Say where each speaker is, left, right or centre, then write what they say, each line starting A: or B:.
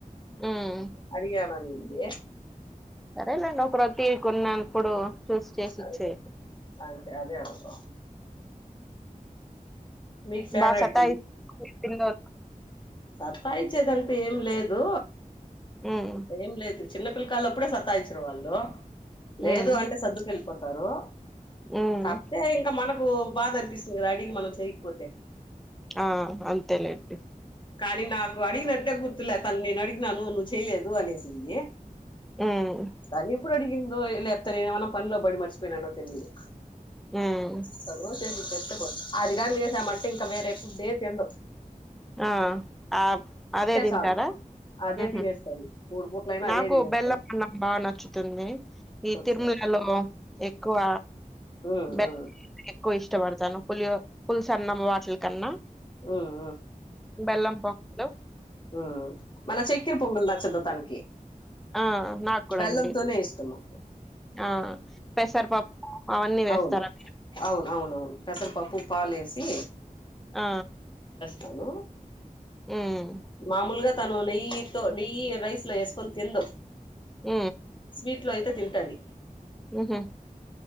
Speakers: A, in the centre; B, on the left.
A: హ్మ్
B: అడిగాాల నీను అ్యే
A: సరేలేండి ఒక రతిీ కొన్నాను ఇప్పుడు చస్ చే శ ఇచ్చ
B: అంతే
A: అడి
B: అంతే అదే అనుప్ప మీకు ఫేవరెట్
A: బా సతాయిందు
B: సత్తా ఇచ్చేదంంట ఏం లేదు
A: ఉమ్
B: అంత ఏం లేదు చిన్నపిల్లల్లో అప్పుడే సత్తాయిచ్చారు వాళ్ళు లేదు
A: ఉమ్
B: అంటే సద్దుకుెళ్ కొతారు
A: ఉమ్
B: కతే ఇంకా మన నాకు బాధ అనిపిస్తుంది కదా అడిగి మనం చెరిగిపోతే
A: ఆ అంతేలేండి
B: కానీ నాకు అడిగినట్టే గుర్తులేదు తను నేను అడిగినను ను నువవు చేయలేదు అనే ంది
A: ఉమ్
B: తనీ ఎప్పుడు అడి ఇ ఎప్తా న మన పనిలో బడి మర్చపోయిన అన్నో తెలియుదు
A: ఉమ్
B: సగ రో చేసిస్తే పోతు ఆది కాం చేసామంటే ఇంకా వేరే ఫుడ్ే తిినవు
A: ఆ ఆ అదే తింటారాహ
B: చాలు అదే తినేస్తుంది మూడు పూట్లైనా
A: నాకు
B: అదే తినేస్తుంది
A: బెల్లం అన్నం బాగా నచ్చుతుంది ఈ
B: ఓకే
A: తిరుమలలో ఎక్కువ
B: ఉమ్,
A: బెల్
B: ఉమ్,
A: ఎక్కువ ఇష్టపడతాను పులి పులు స అన్నం వాటిల కన్నా
B: ఉమ్,
A: బల్లం బాలో
B: ఆ మళ చెక్కిర పొంగలు నచ్చదుానికి
A: ఆ నాకు కూడా
B: బెల్లంతోనే
A: అండి
B: ఇష్టము
A: ఆ పెసరపప్పు అవన్నీ వేస్తారా
B: అవును అవును అవునవును పెసరిపప్పు పాలేసి
A: ఆ
B: తను
A: ఉమ్
B: మామూలుగా తను నెయితో నెయ్యి రైస్ లో వేసుకొని తింద
A: ఊ
B: సీట్లు అయితే తింటాది
A: హు